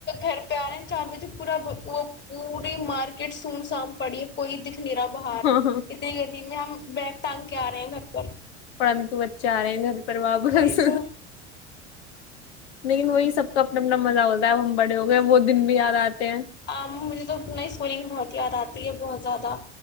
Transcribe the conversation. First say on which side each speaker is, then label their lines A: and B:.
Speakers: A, on the left; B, on the left.
A: گھر پہ آ رہے ہیں چار بجے پورا وہ پوری مارکیٹ سے سن سام پڑی ہے کوئی دکھ را بہارت
B: ہاں
A: ہم بیک ٹانگ کے آ رہے ہیں گھر پر
B: پرنتو بچے آ رہے ہیں گھر پر واپس
A: وہی تو
B: لیکن وہی سب کا اپنا اپنا مزہ ہوتا ہے اب ہم بڑے ہو گئے وہ دن بھی یاد آتے ہیں
A: مجھے تو نئی اسورنگ بہت یاد آتی تی ہے بہت زیادہ